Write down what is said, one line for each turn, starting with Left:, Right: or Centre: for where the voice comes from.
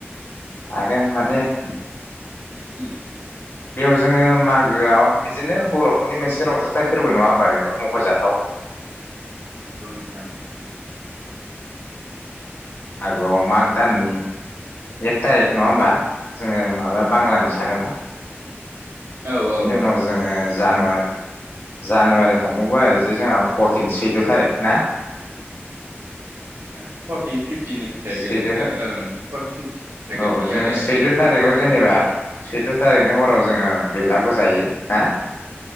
Left: आगोन मानो हाया
Right: उम
Left: बेयाव जोङो मागोआव बिदिनो बर'फोरनि मोनसे रंजाथाइ फोरबो नङा होमबा बेबो मख'जाथाव,
Right: नंगौ नोंथां
Left: मागोआव माग दाननि एक थारिख नङा
Right: नंगौ
Left: होमबा जोङो माबा बांलानि सानोबा
Right: नंगौ औ औ
Left: बिनि उनाव
Right: औ
Left: जोङो जानुवार जानुवारि हमबावबा आरै जे जोंहा फरटिन सैद थारिख ना?
Right: औ फरटिन फिप थिनिफ्राय
Left: सैद'
Right: गोलैयो ओ ओं फरटिन फिफ्टिननिफ्राय
Left: औ
Right: गोलैयो
Left: जोङो
Right: आरो
Left: सैद' थारिखआव जेनेबा
Right: औ
Left: सैद थारिखनि हराव जोङो बेलागुर जायो हा,